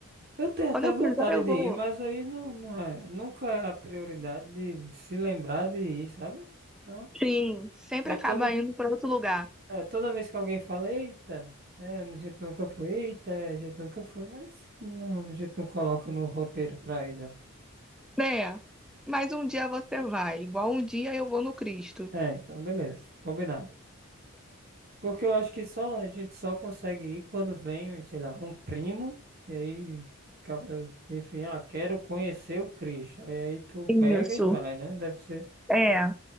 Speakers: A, on the right; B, in the centre.
A: Eu tenho
B: Quando
A: até
B: eu
A: vontade
B: quiser, eu
A: de
B: vou.
A: ir, mas aí não, não é. Nunca é a prioridade de se lembrar de ir, sabe? Então,
B: Sim, sempre
A: aí
B: acaba
A: toda,
B: indo pra outro lugar,
A: é, toda vez que alguém fala, eita. É, a gente nunca foi, eita, a gente nunca foi, mas não, a gente não coloca no roteiro pra ir, não.
B: né? Mas um dia você vai, igual um dia eu vou no Cristo.
A: É, então beleza, combinado. Porque eu acho que só a gente só consegue ir quando vem, sei lá, um primo, e aí, acaba, enfim, ah, quero conhecer o Cristo. Aí, aí tu
B: Isso,
A: pega e vai, né? Deve ser,
B: é.